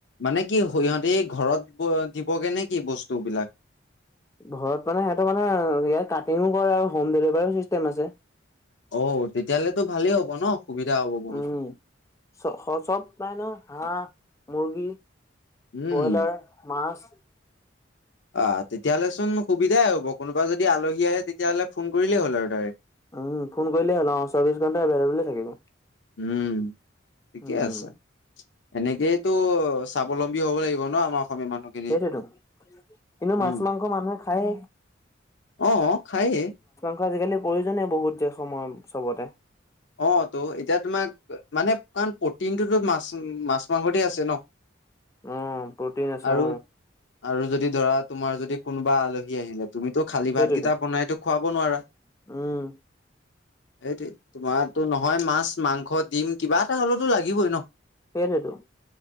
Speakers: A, on the left; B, on the left.
A: মানে কি সিহঁতি ঘৰত ব দিবগে নে কি বস্তু বিলাক?
B: ঘৰত মানে সিহতৰ মানে ইয়াত কাটিঙো কৰে আৰু হোম ডেলিভাৰীও চিষ্টেম আছে।
A: অ তেতিয়াহলেতো ভালেই হ'ব ন? সুবিধা হ'ব বহুত।
B: উম চ চব পাই ন হাঁহ, মুৰ্গী,
A: উম,
B: ব্ৰইলাৰ, মাছ,
A: অ তেতিয়াহ'লে চোন সুবিধাই হ'ব কোনোবা যদি আলহী আহে তেতিয়াহ'লে ফোন কৰিলেই হ'ল আৰু ডাইৰেক্ট।
B: উ ফোন কইলে হল অ চৌবিশ ঘণ্টা এভেল ব'লে থাকিব।
A: উম ঠিকে
B: উম
A: আছে। এনেকেইতো স্বাৱলম্বী হ'ব লাগিব ন আমাৰ অসমীয়া মানুহখিনি।
B: সেইটোতো কিন্তু
A: উম,
B: মাছ মাংস মানুহে খায়ে।
A: অ অ খায়ে।
B: আজিকালি প্ৰয়োজন বহুত সময় চবতে।
A: অ ত' এতিয়া তোমাক মানে কাৰণ প্ৰটিনটোতো মাছ মাছ- মাংসতে আছে ন?
B: উম প্ৰটিন আছে
A: আৰু
B: অ
A: আৰু যদি ধৰা তোমাৰ যদি কোনোবা আলহী আহিলে তুমিতো খালী
B: সেইটোৱেতো
A: ভাতকেইটা বনাইতো খুৱাব নোৱাৰা?
B: উম
A: সেইটোৱে। তোমাৰ'তো নহয় মাছ, মাংস, ডিম কিবা এটা হ'লেতো লাগিবই ন?
B: সেইটতো